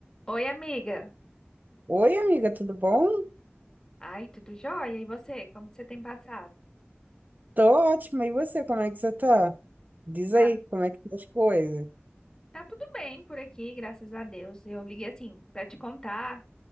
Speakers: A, on the left (about 15°); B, on the right (about 45°).
A: Oi, amiga.
B: Oi, amiga, tudo bom?
A: Ai, tudo jóia? E você? Como que você tem passado?
B: Tô ótima. E você, como é que você tá? Diz
A: Ah,
B: aí, como é que tá as coisas?
A: tá tudo bem por aqui, graças a Deus. Eu liguei assim pra te contar